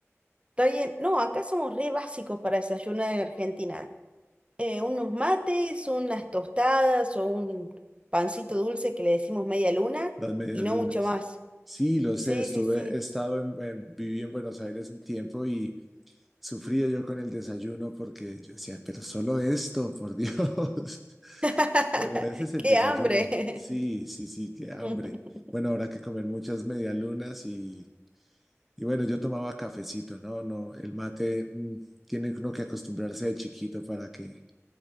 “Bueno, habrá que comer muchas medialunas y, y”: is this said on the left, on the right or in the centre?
Centre